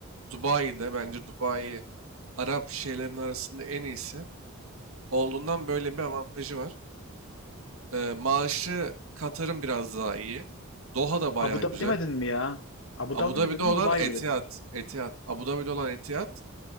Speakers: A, on the right; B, on the left.
A: Dubai'de bence Dubai Arap şeylerin arasında en iyisi. Olduğundan böyle bir avantajı var. Ee, maaşı Katar'ın biraz daha iyi. Doha da bayağı
B: Abu
A: güzel.
B: Dhabi demedin mi ya? Abu
A: Abu
B: Dhabi
A: Dhabi'de
B: mi dedin,
A: olan
B: Dubai
A: Etihad.
B: mi dedin?
A: Etihad. Abu Dhabi'de olan Etihad.